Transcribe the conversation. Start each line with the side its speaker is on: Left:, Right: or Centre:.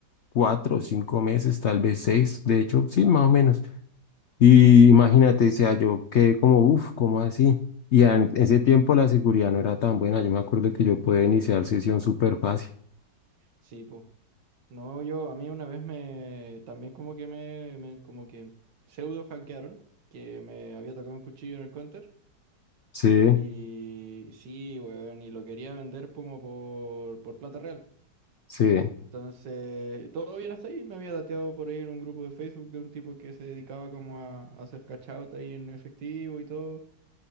Left: cuatro o cinco meses, tal vez seis, de hecho, sí, más o menos. Y imagínate, o sea, yo quedé como, uff, ¿cómo así? Y en ese tiempo la seguridad no era tan buena. Yo me acuerdo que yo podía iniciar sesión súper fácil.
Right: Sí, pues. No, yo, a mí una vez me, también como que me, me- como que pseudo hackearon, que me había tocado un cuchillo en el counter,
Left: Sí,
Right: y sí, weón, y lo quería vender como por, por plata real.
Left: sí,
Right: Entonces, todo bien hasta ahí, me había dateado por ahí en un grupo de Facebook de un tipo que se dedicaba como a, a hacer cash out ahí en efectivo y todo,